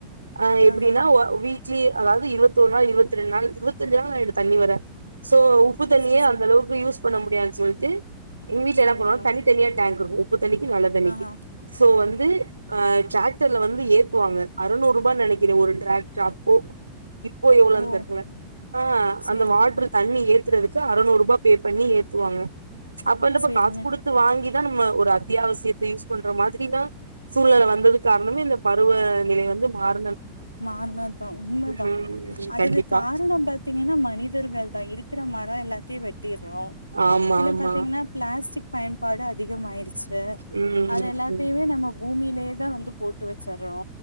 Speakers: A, on the right; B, on the left.
A: அ எப்டின்னா
B: ஆஹா
A: அ வீக் த்லி அதாவது இருவத்தோரு நாள் இருவத்ரெண்ட் நாள் இருவத்தஞ்சு நாள் ஆயிடு தண்ணி வர சோ உப்பு தண்ணியே
B: செரி செரி
A: அந்த அளவுக்கு யூஸ் பண்ண முடியாதுன் சொல்ட்டு எங்க வீட்ல
B: செரிங்க
A: என்ன பண்ணுவோ தனி தனியா <unintelligible> உப்பு தண்ணிக்கி நல்ல தண்ணிக்கி
B: ஆஹா
A: சோ வந் ந்து ஆ டிராக்டர்ல வந்து ஏத்துவாங்க அறநூறு ரூபா நெனைக்கிறே ஒரு டிராக்டர் அப்போ இப்போ எவ்வளவுன்
B: ஓ
A: தெரில ஆஹ்
B: செரிங்க
A: அந்த வாட்ரு தண்ணி ஏத் ஏத்தறதுக்கு அறநூறு ரூபா பே பண்ணி ஏத்துவாங்க அப்ப இந்தப்ப
B: செரிங்க
A: காசு குடுத்து வாங்கி தா நம்ம ஒரு அத்தியாவசியத்த யூஸ் பண்ற மாதிரிதா சூழ்நெல வந்ததுக்கு காரணமே இந்த பருவ நிலை வந்து மாறி
B: மாறனதுதா உண்மதா
A: ம்
B: அதுக்கு
A: கண்டிப்பா
B: காரணோ பாத்தீங்கன்னா மனிதர்கள்தா இருக்குற மரோ எல்லாத்தையு வெட்டிர்றோ
A: ஆமா
B: பின்ன
A: ஆமா
B: பாத்தீங்கன்னா பிளாஸ்டிக் பயன்பாடு அதிகம் ஆயிடுச்சு
A: ம்
B: அது எல்லாத்தையுமே
A: ம்
B: நம்ம பூமி கீழ தான் வந்து போட்டு வச்சர் றனு